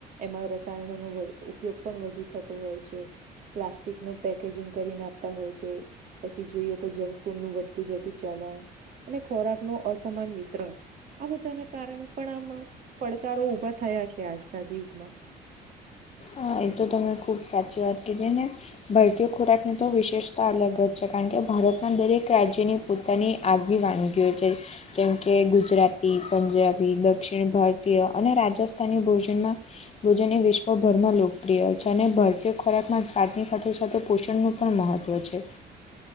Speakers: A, on the right (about 55°); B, on the left (about 40°).
A: એમાં રસાયણોનો ઉપયોગ પણ વધુ થતો હોય છે પ્લાસ્ટિક નું પેકેજીંગ કરીને આપતા હોય છે પછી જોઈએ તો જંક ફૂડનું વધતું જતું ચલણ અને ખોરાક નો અસમાન વિતરણ આ બધાના કારણે પણ આમ પડકારો ઉભા થયા છે આજના જ યુગમાં
B: હા એ તો તમે ખૂબ સાચી વાત કીધી ને ભારતીય ખોરાકની તો વિશેષતા અલગ જ છે કારણ કે ભારત ના દરેક રાજ્યની પોતાની આગવી વાનગીઓ છે. કેમકે ગુજરાતી, પંજાબી, દક્ષિણ ભારતીય, અને રાજસ્થાની ભોજનમાં ભોજને વિશ્વભરમાં લોકો પ્રિય છે અને ભારતીય ખોરાકમાં સ્વાદની સાથે સાથે પોષણનું પણ મહત્ત્વ છે.